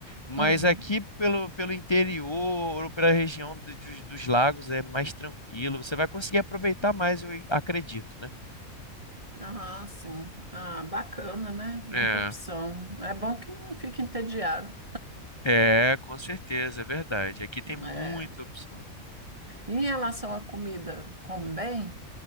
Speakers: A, on the left (about 20°); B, on the right (about 25°).
A: Mas
B: uhum.
A: aqui pelo, pelo interior ou pela região do- dos, dos lagos é mais tranquilo. Você vai conseguir aproveitar mais, eu acredito, né?
B: Ah, sim. Ah, bacana, né? Muita
A: É,
B: opção. É bom que não fique entediado.
A: é, com certeza, é verdade. Aqui tem muita
B: É.
A: opção.
B: Em relação à comida, come bem?